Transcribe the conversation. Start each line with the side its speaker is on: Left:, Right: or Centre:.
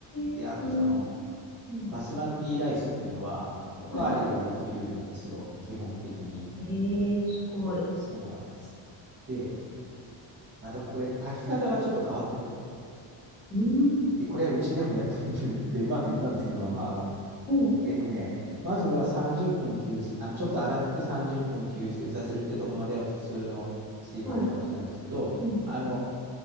Right: で、
Centre: えうん、
Right: あとその、
Centre: うん、
Right: バスマティライスっていうのは、おかわりができるんですよ、
Centre: はい。
Right: 基本的に。
Centre: ええすごい。
Right: そうなんです。で、またこれ、炊き方がちょっと変わってて、
Centre: うん、
Right: で、これはうちでもやってみるってうまくいったんですけど、まあまあ、あの、
Centre: も
Right: えっとね、まずは30分吸水、あの、ちょっと洗って30分吸水させるってとこまでは普通の炊飯と同じなんですけど、
Centre: うはい、うん、
Right: あの、